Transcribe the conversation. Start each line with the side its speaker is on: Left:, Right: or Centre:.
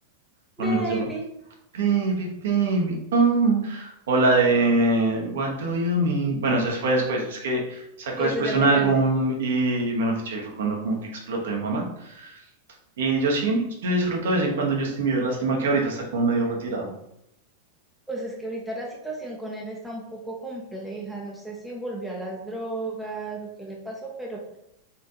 Right: o
Centre: baby.
Right: al menos yo. Baby, baby, oh. O la de What do you mean? Bueno, esa fue después, es que sacó
Centre: sí
Right: después
Centre: eso ya es
Right: un
Centre: de
Right: álbum
Centre: grande.
Right: y, mejor dicho, ahí fue cuando como que explotó en fama. Y yo sí, yo disfruto de vez en cuando Justin Bieber, lástima que ahorita está como medio retirado.
Centre: Pues es que ahorita la situación con él está un poco compleja, no sé si volvió a las drogas o qué le pasó, pero